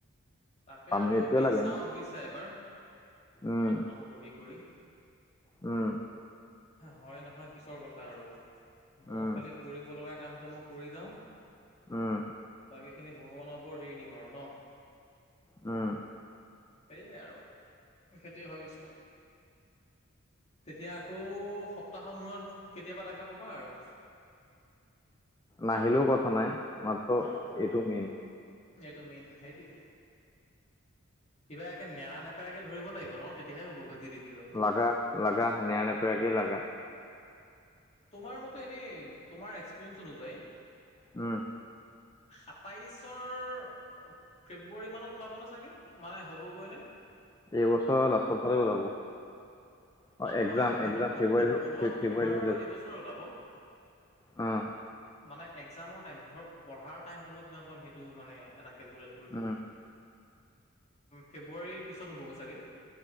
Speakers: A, on the left (about 30°); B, on the left (about 15°).
A: তাকে
B: পাৰ্মানেণ্টটোৱে
A: আৰু দি
B: লাগে
A: চাওঁ
B: ন
A: বুজিছা এবাৰ
B: উম
A: অলপমান পঢ়ি কৰি।
B: উম।
A: হয়, নহয় পিছৰ কথা আৰু, মোৰ
B: উম
A: খালী কৰিবলগা কামটো মই কৰি যাওঁ।
B: উম
A: বাকী খিনি ভগৱানৰ ওপৰত দি দিম আৰু ন।
B: উমঁ।
A: সেয়ে আৰু সেইটোৱে ভাবিছোঁ। তেতিয়া আকৌ সপ্তাহৰ মূৰত কেতিয়াবা দেখা পাবা আৰু।
B: নাহিলেও কথা নাই, মাত্ৰ
A: অঁ
B: এইটো মেইন।
A: এইটো মেইন সেইটোৱেই। কিবা একে নেৰা-নেপেৰাক ধৰিব লাগিব ন'হ তেতিয়াহে হ'ব গৈ যি দেখিলো।
B: লাগা, লগা, নেৰা-নেপয়াকে লাগা।
A: তোমাৰ মতে এনেই তোমাৰ এক্সপিৰিয়েঞ্চ অনুযায়ী
B: উম।
A: সাতাইছৰ- ফেব্ৰুৱাৰী মানত ওলাব নে চাগে মানে হ'বগৈ নে?
B: এইবছৰ লাষ্টৰফালে ওলাব। অ
A: নহ নহয়
B: এক্সাম এক্সাম
A: ওলোৱাতটো
B: ফেব্ৰুৱাৰী ফেব্ৰুৱাৰীত
A: তোমাৰ বাৰু এবছৰে ওলাব।
B: উমঁ।
A: মানে এক্জামৰ টাইম ধৰক পঢ়াৰ টাইমটো মই কিমান পাম সেইটো মানে এটা কেলকুলেট- কৰিছে।
B: উম
A: ফেব্ৰুৱাৰীৰ পিছত হ'বগৈ চাগৈ।